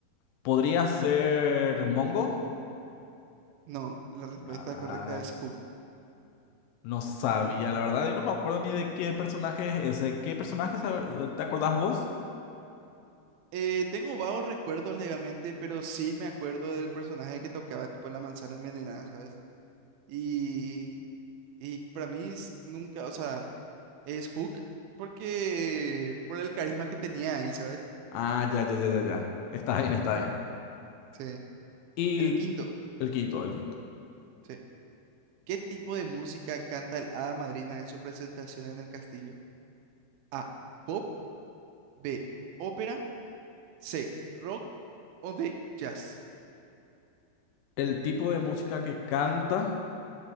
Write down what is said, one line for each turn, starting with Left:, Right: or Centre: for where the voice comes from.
Left: ¿Podría ser Mongo?
Right: No, la respuesta
Left: Ay,
Right: correcta es Hook.
Left: no sabía, la verdad, y no me acuerdo ni de qué personaje es ese. ¿Qué personaje sabe- te acordás vos?
Right: Eh, tengo vagos recuerdos legalmente, pero sí me acuerdo del personaje que tocaba tipo en la manzana envenenada, ¿sabes? Y, y para mí es- nunca, o sea, es Hook porque por el carisma que tenía ahí, ¿sabes?
Left: Ah, ya, ya, ya, ya, ya. Está bien, está bien.
Right: Sí.
Left: Y
Right: El Sí. quinto,
Left: el quinto, el quinto.
Right: sí. ¿Qué tipo de música canta el Hada Madrina en su presentación en el castillo? A. Pop. B. Ópera. C, rock o de jazz.
Left: El tipo de música que canta,